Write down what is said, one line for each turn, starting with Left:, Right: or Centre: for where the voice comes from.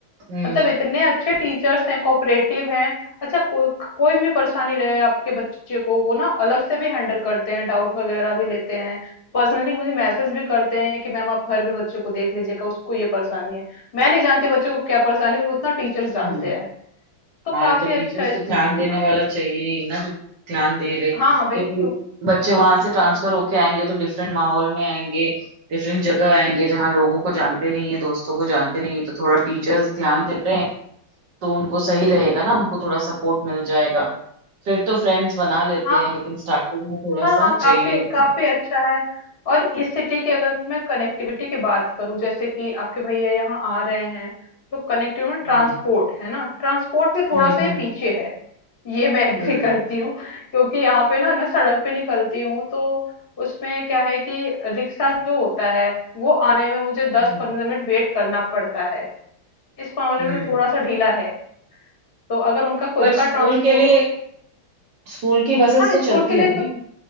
Right: हम्म
Left: मतलब इतने अच्छे टीचर्स हैं कोऑपरेटिव हैं अच्छा को, कोई भी परेशानी रहे आपके बच्चे को वो ना अलग से भी हैंडल करते हैं डाउट वगैरह भी लेते हैं पर्सनली मुझे मैसेज भी करते हैं कि मैम आप घर पे बच्चे को देख लीजिएगा उसको ये परेशानी है मैं नहीं जानती बच्चे को क्या परेशानी है उतना टीचर्स जानते
Right: हम्म
Left: हैं तो
Right: हाँ
Left: काफी
Right: तो टीचर्स
Left: अच्छा स्कूल
Right: तो ध्यान
Left: है
Right: देने
Left: यहाँ
Right: वाला
Left: पे तो
Right: चाहिए ही ना जो ध्यान दे ले क्योंकि
Left: हाँ वही तो
Right: बच्चे वहां
Left: हम्म।
Right: से ट्रांसफर होके आएंगे तो डिफरेंट माहौल में आएंगे डिफरेंट जगह आएंगे जहाँ लोगों को जानते नहीं है दोस्तों को जानते नहीं है तो थोड़ा टीचर्स ध्यान देते हैं तो उनको सही रहेगा ना उनको थोड़ा सपोर्ट मिल जाएगा फिर तो फ्रेंड्स बना लेते
Left: हाँ
Right: हैं लेकिन स्टार्टिंग में थोड़ा
Left: हाँ
Right: सा
Left: हाँ
Right: चाहिए
Left: काफी
Right: होता
Left: काफी
Right: है
Left: अच्छा है और इस सिटी की अगर मैं कनेक्टिविटी की बात करूं जैसे कि आपके भैया यहाँ आ रहे हैं तो कनेक्टिविटी में
Right: हम्म
Left: ट्रांसपोर्ट है ना ट्रांसपोर्ट में थोड़ा
Right: हम्म
Left: सा ये पीछे है ये मैं एग्री
Right: हम्म
Left: <laughs> करती हूँ क्योंकि यहाँ पे ना मैं सड़क पे निकलती हूँ तो उसमें क्या है कि रिक्शा जो होता है वो आने में मुझे दस
Right: हम्म
Left: पंद्रह मिनट वेट करना पड़ता है इस मामले
Right: हम्म।
Left: में तो थोड़ा सा ढीला है तो अगर उनका खुद
Right: पर स्कूल
Left: का ट्रांसपोर्ट
Right: के लिए
Left: हो
Right: स्कूल की बसेस
Left: हाँ
Right: तो
Left: स्कूल
Right: चलती
Left: के लिए
Right: होंगी
Left: तो